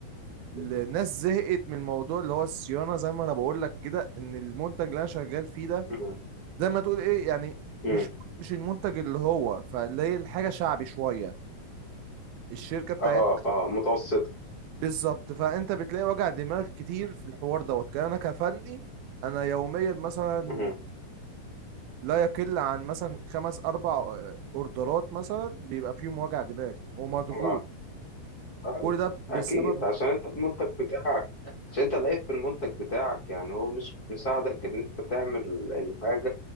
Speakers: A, on the right (about 80°); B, on the left (about 30°).
A: الناس
B: امم
A: زهقت من موضوع اللي هو الصيانة زي ما انا بقول لك كده ان المنتج اللي انا شغال فيه ده
B: امم
A: زي ما تقول ايه يعني
B: إمم.
A: مش مش المنتج اللي هو فاللي هي الحاجة شعبي شوية الشركة بتاعت
B: اه اه متوسطة
A: بالظبط فانت بتلاقي وجع دماغ كتير في الحوار دوت كان انا كفني انا يوميا مثلا
B: امم
A: لا يقل عن مثلا خمس اربع آه، اوردرات مثلا بيبقى فيهم وجع دماغ ومضغوط
B: اه
A: كل
B: أيوة.
A: ده بسبب
B: اكيد عشان انت المنتج بتاعك عشان انت العيب في المنتج بتاعك يعني هو مش مساعدك ان انت تعمل الحاجة